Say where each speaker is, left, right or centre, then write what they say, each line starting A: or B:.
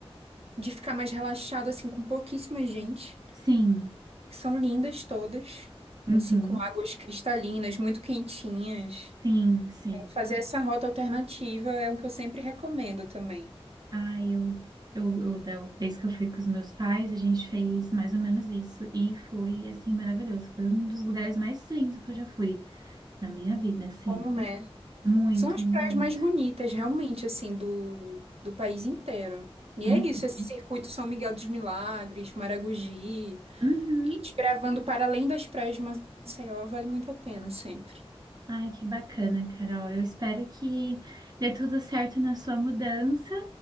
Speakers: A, on the right; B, on the right.
A: de ficar mais relaxado, assim, com pouquíssima gente,
B: Sim,
A: que são lindas todas,
B: uhum,
A: assim, com águas cristalinas, muito quentinhas.
B: sim, sim.
A: Então, fazer essa rota alternativa é o que eu sempre recomendo também.
B: Ah, eu, eu, eu, da vez que eu fui com os meus pais, a gente fez mais ou menos isso. E foi, assim, maravilhoso. Foi um dos lugares mais lindos que eu já fui na minha vida, assim.
A: Bom, né?
B: Muito,
A: São as
B: muito.
A: praias mais bonitas, realmente, assim, do, do país inteiro. E
B: Uhum,
A: é isso, esse circuito São Miguel dos Milagres, Maragogi,
B: uhum.
A: e desbravando para além das praias de Maceió, vale muito a pena sempre.
B: Ai, que bacana, Carol. Eu espero que dê tudo certo na sua mudança.